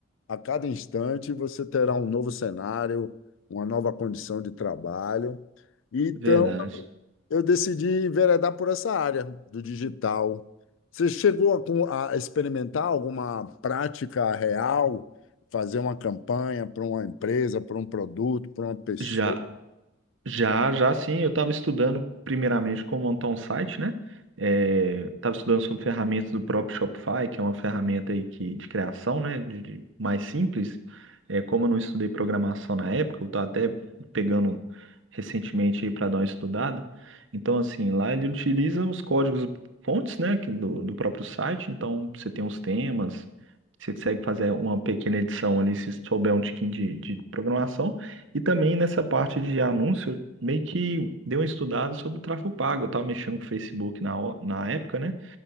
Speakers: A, on the left; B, on the right.
A: a cada instante você terá um novo cenário, uma nova condição de trabalho. Então,
B: verdade.
A: eu decidi enveredar por essa área do digital. Você chegou a, com- a experimentar alguma prática real, fazer uma campanha para uma empresa, para um produto, para uma pessoa?
B: Já Já, já sim, eu estava estudando primeiramente como montar um site, né? É, estava estudando sobre ferramentas do próprio Shopify, que é uma ferramenta aí que, de criação, né? De, de- mais simples. É, como eu não estudei programação na época, eu estou até pegando recentemente aí para dar uma estudada. Então, assim, lá ele utiliza os códigos fontes, né? que do, do próprio site. Então, você tem os temas, você consegue fazer uma pequena edição ali se souber um tiquinho de de programação. E também nessa parte de anúncios meio que dei uma estudada sobre o tráfego pago. Eu tava mexendo com o Facebook na, ho- na época, né?